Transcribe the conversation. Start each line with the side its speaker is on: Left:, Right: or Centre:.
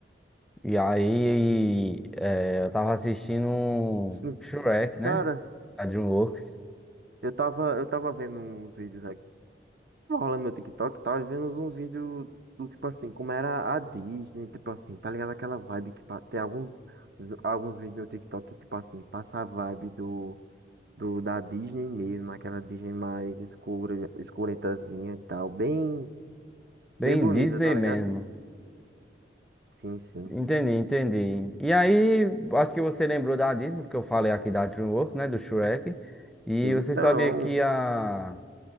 Centre: e aí, é, eu tava assistindo um
Right: Sim,
Centre: Shrek, né?
Right: cara,
Centre: A DreamWorks.
Right: eu tava, eu tava vendo uns vídeos aqui, tava rolando meu TikTok e tal, e vendo uns, uns vídeos do tipo assim, como era a Disney, tipo assim, tá ligado? Aquela vibe que pa- tem alguns, alguns vídeos no TikTok que, tipo assim, passa a vibe do, do da Disney mesmo, aquela Disney mais escura, escuretazinha e tal, bem,
Centre: Bem
Right: bem bonita,
Centre: Disney
Right: tá ligado?
Centre: mesmo.
Right: Sim, sim.
Centre: Entendi, entendi. E aí, acho que você lembrou da Disney, porque eu falei aqui da DreamWorks, né? Do Shrek. E
Right: Sim,
Centre: você
Right: então.
Centre: sabia que a